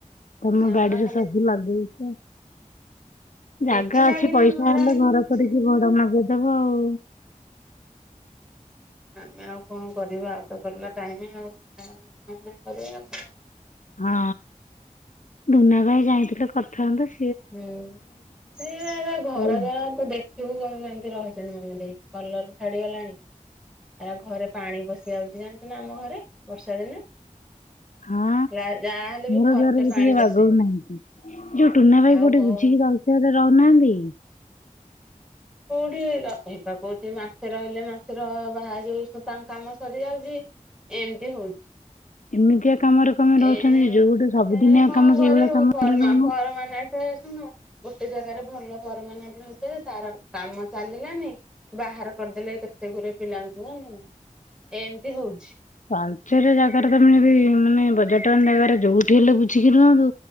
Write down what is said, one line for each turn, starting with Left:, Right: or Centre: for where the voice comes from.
Left: ତମ
Centre: ଆମର
Left: ବାଡିରେ
Centre: ଖାଲି
Left: ସବୁ ଲଗେଇଚ
Centre: କିଛି
Left: ଜାଗା
Centre: ଲାଗିନି
Left: ଅଛି ପଇସା
Centre: ହରା
Left: ହେଲେ
Centre: ହେଇଛି
Left: ଘର କରିକି ଭଡା ନଗେଇ ଦେବ ଆଉ
Centre: ଆମେ ଆଉ କଣ କରିବା ଆଉ ତ ଗଲା ଟାଇମ ଆଉ <unintelligible>
Left: ହଁ ଦୁନା ଭାଇ ଯାଇଥିଲେ କରିଥାନ୍ତେ।
Centre: ହୁଁ ସେଇବା ଘର
Left: ହଉ
Centre: ଜଣକୁ ଦେ ଖୀବୁ କେମିତି କଣ ଏମିତି ରହିଚନ୍ତି ମିମି ଦେଇ କଲର ଛାଡିଗଲାଣି ଏରା ଘରେ ପାଣି ପଶି ଯାଉଚି ଜାଣିଛୁ ନା ଆମ ଘରେ ବର୍ଷା ଦିନେ।
Left: ହଁ
Centre: ଯାହାହେଲେ ବି
Left: ଘର
Centre: ଥରଟେ
Left: ଦ୍ଵାର ବି
Centre: ପାଣି
Left: ଟିକେ
Centre: ପଶିଯାଏ
Left: ବଗୋଉ ନାହାଁନ୍ତି ଯୋଉ ଟୁ ଟୁନା ଭାଇ
Centre: ଆଉ
Left: କୋଉଠି ବୁଝିକି ତାଳଚେର ରେ ରହୁନାହାନ୍ତି କି?
Centre: କୋଉଠି ରହ ହେଇପା କହୁଛି ମାସେ ରହିଲେ ମାସେ ର ବାହା ଯାଉ ତାଙ୍କ କାମ ସରିଯାଉଚି ଏମତି ହଉଚି
Left: ଏମିତିଆ କାମରେ କଣ ପାଇଁ ରହୁଛନ୍ତି
Centre: ଏ
Left: ଯୋଉ
Centre: ସେ
Left: ଗୋଟେ ସବୁଦିନିଆ
Centre: କଣ
Left: କାମ
Centre: କରିବୁ
Left: ସେଇଭଳିଆ କାମରେ
Centre: ପରମା
Left: ରହୁନାହାନ୍ତି
Centre: ପରମାନେଟ ଏ ଶୁଣୁ ଗୋଟେ ଜାଗାରେ ଭଲ ପରାମନେଟ ରହିଥିଲେ ଯେ ତାର କାମ ଚାଲିଲାନି ବାହାର କରିଦେଲେ କେତେ ଗୁରେ ପିଲାଙ୍କୁ ଜାନିଲୁନା ଏମିତି ହଉଛି
Left: ପାଞ୍ଚଟା ଜାଗାରେ ତମେ ଯଦି ମାନେ ବଜ଼ାର ଟାଉନ ଜାଗାରେ ଯୋଉଠି ହେଲେ ବୁଝିକି ରୁହନ୍ତୁ।